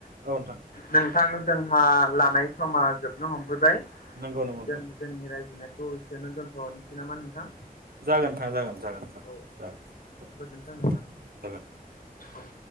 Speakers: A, on the right; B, on the left.
A: औ नोंथां
B: नोंथां जोंहा लानाय समा जोबनो हमफैबाय।
A: नंगौ नंगौ नोंथां
B: जों जोंनि रायज्लायनाय थ' एसेयावनो दोनथ'नोसै नामा नोंथां?
A: जागोन नोंथां जागोन जागोन नोंथां
B: औ औ
A: जागोन जागोन
B: गोजोनथों नोंथां
A: जागोन।
B: औ